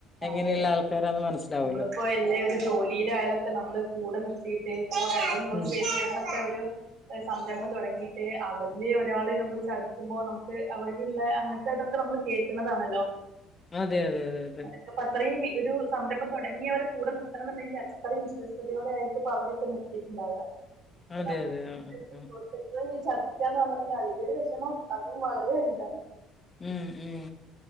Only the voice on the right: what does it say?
അതെ
നമ്മളിപ്പോ എല്ലാ ഒരു ജോലിയിലായാലൊക്കെ നമ്മള് കൂടെ നിർത്തിയിട്ട് ഇപ്പൊ രണ്ടും മൂന്നും
പേര് ചേർന്നൊക്കെ ഒരു സംരംഭം തുടങ്ങിട്ട് അവരില് ഒരാള് നമ്മള് ചതിക്കുമ്പോ നമുക്ക് അവരിലുള്ള അങ്ങനത്തെ ഇതൊക്കെ നമ്മൾ കേൾക്കുന്നതാണല്ലോ
അതൊക്കെ അപ്പ അത്രയും ഒരു സംരംഭം തുടങ്ങിയവരടെ കൂടെ നിർത്തണന്നുണ്ടെങ്കിൽ അത്രയും വിശ്വസ്തയോടെയായിരിക്കും അപ്പ അവരൊക്കെ നിർത്തിയിട്ടുണ്ടാവുക അപ്പൊ
നമുക്ക്
സുഹൃത്തുക്കള് ചതിക്കാന്ന് പറഞ്ഞാതന്നെ അതിന്റെ ഒരു വിഷമം അതും വളരെ വലുതാണ്